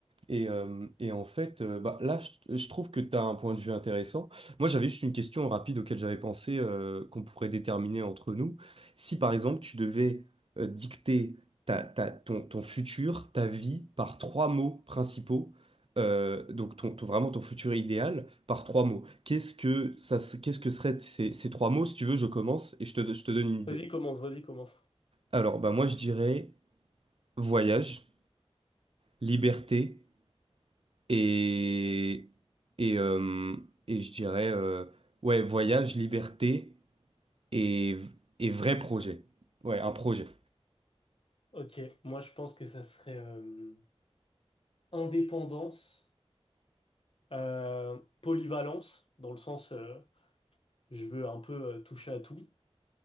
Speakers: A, on the right (about 60°); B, on the left (about 55°).
A: Et, euh, et en fait, euh, bah, là, je, je trouve que tu as un point de vue intéressant. Moi, j'avais juste une question rapide auquel j'avais pensé euh, qu'on pourrait déterminer entre nous. Si, par exemple, tu devais euh, dicter ta, ta- ton, ton futur, ta vie, par trois mots principaux, euh, donc ton, ton- vraiment ton futur idéal, par trois mots, qu'est-ce que ça, se- qu'est-ce que seraient ces, ces trois mots? Si tu veux, je commence et je te, je te donne une idée.
B: Vas-y, commence, vas-y, commence.
A: Alors, bah, moi, je dirais voyage, liberté Et, et, euh, et je dirais, euh, ouais, voyage, liberté et, et vrai projet. Ouais, un projet.
B: Ok, moi je pense que ça serait euh, indépendance, euh, polyvalence, dans le sens euh, je veux un peu euh, toucher à tout,